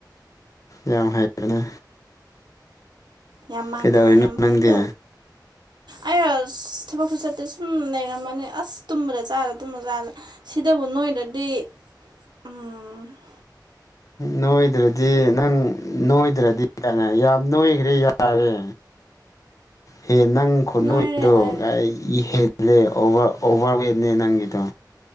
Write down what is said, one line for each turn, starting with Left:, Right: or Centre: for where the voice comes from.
Left: ꯌꯥꯝ ꯍꯩꯔꯦꯅꯦ
Right: ꯌꯥꯝ ꯃꯥꯟꯗꯅ
Left: ꯀꯩꯗꯧꯔꯤꯅꯣ
Right: ꯌꯥꯝ
Left: ꯅꯪꯗꯤ
Right: ꯍꯥꯏꯀ ꯑ ꯊꯕꯛ ꯈꯨꯁ ꯎ ꯂꯩꯔꯝꯃꯅꯤ ꯑꯁ ꯇꯨꯝꯕꯗ ꯆꯥꯔ ꯇꯨꯝꯕ ꯆꯥꯔ ꯁꯤꯗꯕꯨ ꯅꯣꯏꯗꯗꯤ ꯎꯥ
Left: ꯅꯣꯏꯗ꯭ꯔꯗꯤ ꯅꯪ ꯅꯣꯏꯗ꯭ꯔꯗꯤ ꯀꯩꯅꯣ ꯌꯥꯝ ꯅꯣꯏꯈ꯭ꯔꯦ ꯌꯥꯔꯦ ꯍꯦ ꯅꯪ ꯈꯣꯠꯅꯣꯏꯗꯣ
Right: ꯅꯣꯏꯔꯦ ꯅꯣꯏ
Left: ꯍꯦꯜꯂꯦ ꯑꯣꯚꯔ ꯋꯦꯠꯅꯦ ꯅꯪꯒꯤꯗꯣ